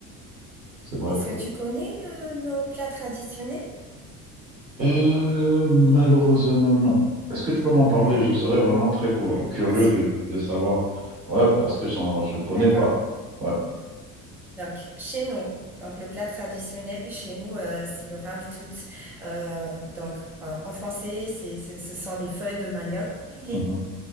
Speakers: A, on the right; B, in the centre.
A: C'est vrai
B: Est-ce
A: que
B: que tu connais euh, nos plats traditionnels?
A: Euh, malheureusement, non. Est-ce que tu peux m'en parler?
B: On a
A: Je serais
B: un-
A: vraiment très cu- curieux
B: Bien sûr.
A: de, de savoir. Ouais, parce que j'en- je ne connais
B: D'accord.
A: pas. Ouais.
B: Donc, chez nous, donc le plat traditionnel chez nous, euh, c'est le ravitoot. Euh, donc, euh, en français, c'est, c'est- ce sont des feuilles de manioc pilées.
A: Mhm.